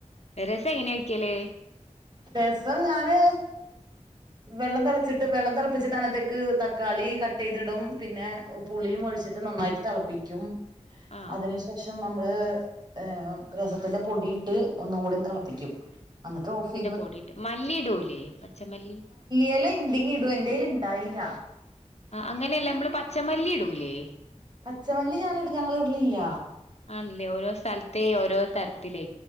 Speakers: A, on the left; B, on the right.
A: രസം എങ്ങനെയ വയ്ക്കല്
B: രസം ഞാന് വെള്ളം തിളച്ചിട്ട് വെള്ളം തിളപ്പിച്ച് അതി നത്തേക്ക് തക്കാളി കട്ട് ചെയ്തിടും പിന്നെ പുളിയും ഒഴിച്ചിട്ട് നന്നായിട്ട് തിളപ്പിക്കും
A: ആഹ്
B: അതിനു ശേഷം പ്പം നമ്മള് ഏ രസത്തിന്റെ പൊടിയിട്ട് ഒന്നും കൂടി തിളപ്പിക്കും അനട്ട്ഓഫ്
A: പോടിയിട്ട് മല്ലിടൂലേ പച്ചമല്ലി
B: ഇല ഇണ്ടെങ്കി ഇടുവോ എന്റെല് ണ്ടായില്ല
A: ആ അങ്ങനെയല്ലേ നമ്മള് പച്ചമല്ലി ഇടൂലേ
B: പച്ചമല്ലി ഞാന് ഇടും ഞങ്ങള വീട്ടിലില്ല
A: ആണല്ലേ ഓരോ സ്ഥലത്തേ ഓരോ തരത്തിലേ